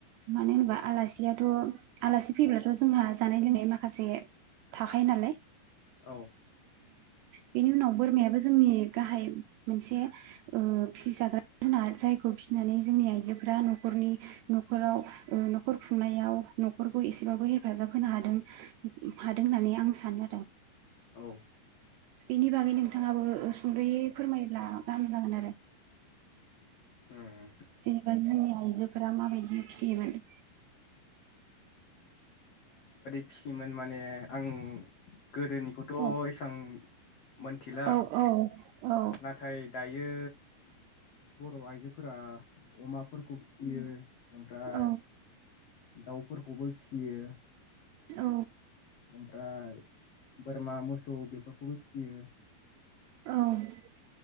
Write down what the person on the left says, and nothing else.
औ
औ
उम
फिसिमोन माने आं गोदोनिखौथ'
एसां मोनथिला
नाथाय दायो बर' आइजोफोरा अमाफोरखौ फिसियो ओमफ्राय
दाउफोरखौबो फिसियो
ओमफ्राय बोरमा मोसौ बेफोरखौबो फियो